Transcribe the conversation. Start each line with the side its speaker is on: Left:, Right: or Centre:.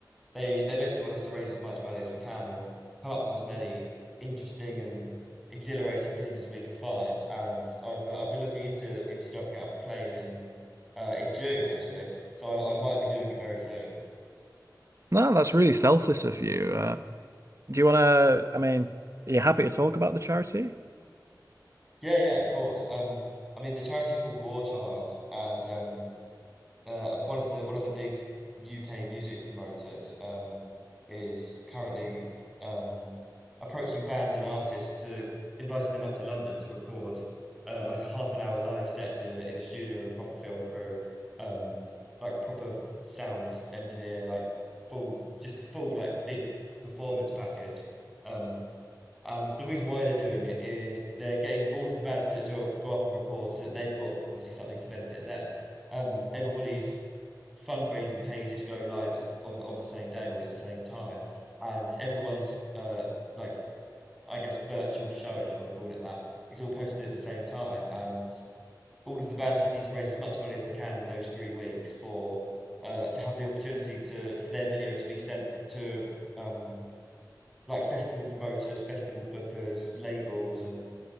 Centre: they they basically want us to raise as much money as we can and come up with as many interesting and exhilarating things as we can find. And I've uh, I've been looking into into jumping out of a plane in uh, in June actually, so I, I might be doing it very soon.
Right: No, that's really selfless of you. Uh, Do you want to, I mean, are you happy to talk about the charity?
Centre: Yeah, yeah, of course. Um, I mean the charity's called War Child, and um. uh, one of the one of the big UK music promoters um, is currently um, approaching bands and artists to inviting them up to London to record uh, like a half an hour live set in a in a studio with a proper film crew, um, like proper sound engineer, like full just a full like big performance package. Um, and the reason why they're doing it is they're getting all of the bands to, to go up and record so that they've got obviously something to benefit them um, everybody's fundraising pages go live at the on the on the same day, all at the same time, and everyone's uh like I guess virtual show, if you want to call it that, is all posted at the same time, and all of the bands just need to raise as much money as they can in those three weeks for uh to have the opportunity to for their video to be sent to um like festival promoters, festival bookers, labels, and